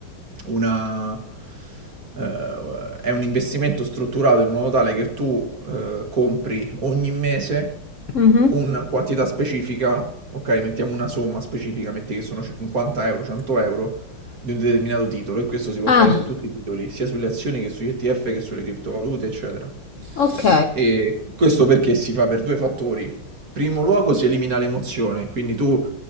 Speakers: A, on the right (about 45°); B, on the left (about 60°).
A: una, eh, è un investimento strutturato in modo tale che tu eh, compri ogni mese
B: Mhm.
A: una quantità specifica, ok, mettiamo una somma specifica, metti che sono 50 euro, 100 euro, di un determinato titolo e questo si può
B: Ah,
A: fare su tutti i titoli, sia sulle azioni che sugli ETF che sulle criptovalute, eccetera.
B: ok.
A: E questo perché si fa per due fattori. Primo luogo si elimina l'emozione, quindi tu